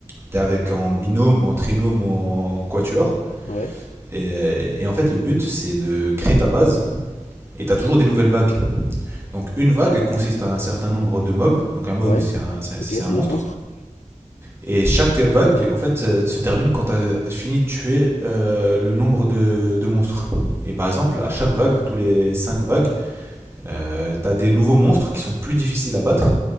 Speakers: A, on the right (about 20°); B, on the left (about 65°).
A: t'es avec en binôme, en trinôme ou en quatuor.
B: Ouais?
A: Et, euh, et en fait, le but, c'est de créer ta base. Et tu as toujours des nouvelles vagues. Donc, une vague consiste à un certain nombre de mobs. Donc, un mob,
B: Ouais?
A: c'est un, c'est
B: Ok, c'est
A: un- monstre.
B: des monstres?
A: Et chaque vague, en fait, euh, se termine quand tu as fini de tuer euh, le nombre de, de monstres. Et par exemple, à chaque vague, tous les 5 vagues, euh, tu as des nouveaux monstres qui sont plus difficiles à battre